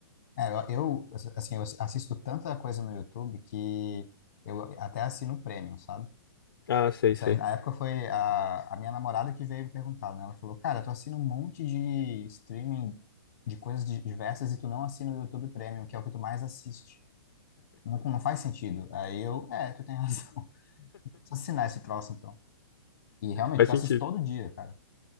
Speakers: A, on the left (about 35°); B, on the left (about 55°).
A: É, eu, eu, assim, eu assisto tanta coisa no YouTube que eu até assino o Premium, sabe?
B: Ah, sei,
A: Isso
B: sei.
A: aí, na época foi a, a minha namorada que veio me perguntar, né? Ela falou, cara, tu assina um monte de streaming de coisas di- diversas e tu não assina o YouTube Premium, que é o que tu mais assiste. Não, não faz sentido. Aí eu, é, tu tem razão. Preciso assinar esse troço, então. E realmente,
B: Faz
A: eu
B: sentido.
A: assisto todo dia, cara.